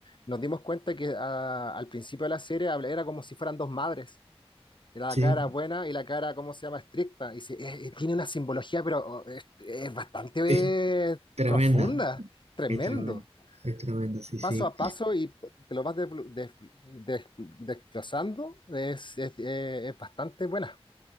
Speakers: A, on the left; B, on the right.
A: nos dimos cuenta que ah, al principio de la serie habla- era como si fueran dos madres. La
B: sí,
A: cara buena y la cara, ¿cómo se llama? Estricta. Y se- eh, eh, tiene una simbología, pero oh, es, es bastante
B: es
A: eh,
B: tremenda,
A: profunda, tremendo.
B: es tremenda, es tremenda, sí, sí.
A: Paso a paso y p- te lo vas desblu- des- des- desglosando, es, es, eh, es bastante buena,